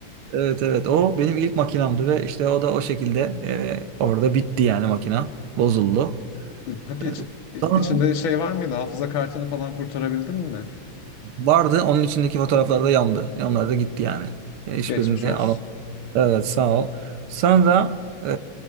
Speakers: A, on the right; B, on the left.
A: Evet evet o benim ilk makinamdı ve işte o da o şekilde e, orada bitti yani makina. Bozuldu.
B: Peki
A: E,
B: iç-
A: sonra
B: içinde şey var mıydı? Hafıza kartını falan kurtarabildin mi?
A: Vardı. Onun içindeki fotoğraflar da yandı. Yanlar da gitti yani. E, Hiçbirini
B: Geçmiş olsun.
A: alamadım. Evet sağ ol. Sonra e,